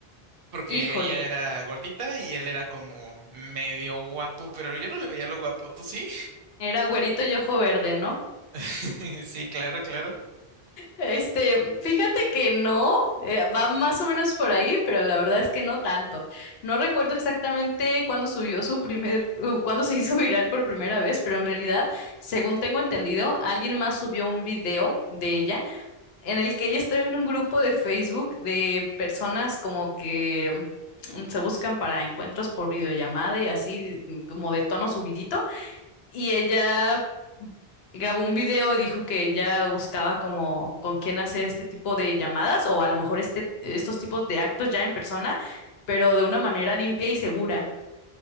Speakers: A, on the right; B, on the left.
A: porque
B: Híjole,
A: ella era gordita y él era como medio guapo, pero yo no le veía lo guapo, ¿tú sí?
B: era güerito y ojo verde, ¿no?
A: <laughs> Sí, claro, claro.
B: Este, fíjate que no, eh, va más o menos por ahí, pero la verdad es que no tanto. No recuerdo exactamente cuándo subió su primer, uh, cuándo se hizo <laughs> viral por primera vez, pero en realidad, según tengo entendido, alguien más subió un video de ella en el que ella estaba en un grupo de Facebook de personas como que mm, se buscan para encuentros por videollamada y así mm, como de tono subidito. Y ella grabó un video y dijo que ella buscaba como con quién hacer este tipo de llamadas o a lo mejor este, estos tipos de actos ya en persona, pero de una manera limpia y segura.